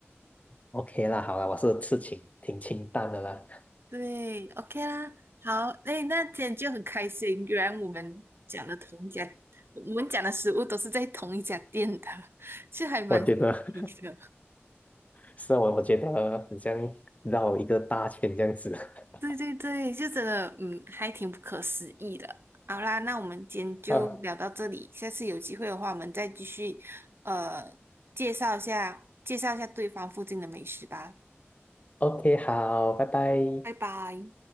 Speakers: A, on the left (about 35°); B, on the right (about 60°).
A: OK 啦，好啦，我是吃清挺清淡的啦，
B: 对，OK 啦，好，哎，那今天就很开心，原来我们讲的同一家，我们讲的食物都是在同一家店的，<laughs> 这还蛮神
A: 我觉得
B: 奇的。
A: <laughs> 是啊，<laughs> 我我觉得很像绕一个大圈这样子 <laughs>
B: 对对对，就真的，嗯，还挺不可思议的。好啦，那我们今天就聊到这里，
A: 啊。
B: 下次有机会的话，我们再继续，呃，介绍一下介绍一下对方附近的美食吧。
A: OK，好，拜拜。
B: 拜拜。